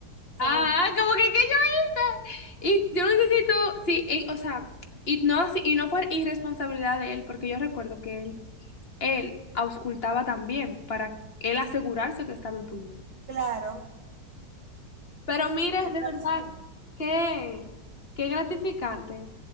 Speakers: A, on the left; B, on the right.
A: Ah,
B: como,
A: como que, que yo. Y yo necesito, sí, eh, o sea, y no, así- y no fue irresponsabilidad de él, porque yo recuerdo que él, él auscultaba también para él asegurarse que estaba en pulmón.
B: claro,
A: Pero mire,
B: él
A: de
B: lo
A: verdad,
B: hacía.
A: qué, qué gratificante